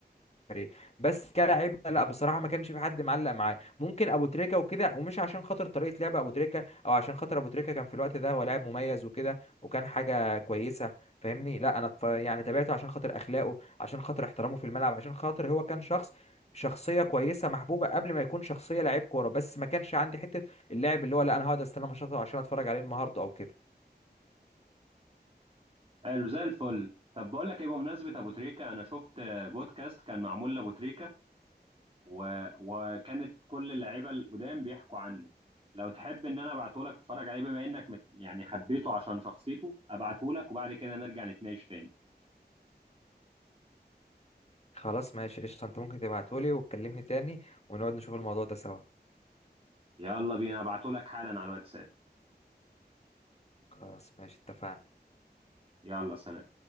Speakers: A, on the left; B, on the right.
A: فريق بس كلاعب لا بصراحه ما كانش في حد معلق معاه ممكن ابو تريكه وكده ومش عشان خاطر طريقه لعب ابو تريكه او عشان خاطر ابو تريكه كان في الوقت ده هو لاعب مميز وكده وكان حاجه كويسه فاهمني لا انا اتف- يعني تابعته عشان خاطر اخلاقه عشان خاطر احترامه في الملعب عشان خاطر هو كان شخص شخصيه كويسه محبوبه قبل ما يكون شخصيه لعيب كوره بس ما كانش عندي حته اللاعب اللي هو لا انا هقعد استنى ماتشاته عشان اتفرج عليه النهارده او كده
B: قالوا زي الفل طب بقول لك ايه بمناسبه ابو تريكه انا شفت بودكاست كان معمول لابو تريكه و... وكانت كل اللعيبه القدام بيحكوا عنه لو تحب ان انا ابعته لك تتفرج عليه بما انك مت... يعني حبيته عشان شخصيته ابعته لك وبعد كده نرجع نتناقش تاني
A: خلاص ماشي قشطه انت ممكن تبعتهولي وتكلمني تاني ونقعد نشوف الموضوع ده سوا
B: يلا بينا ابعته لك حالا على الواتساب
A: خلاص ماشي اتفقنا
B: يلا سلام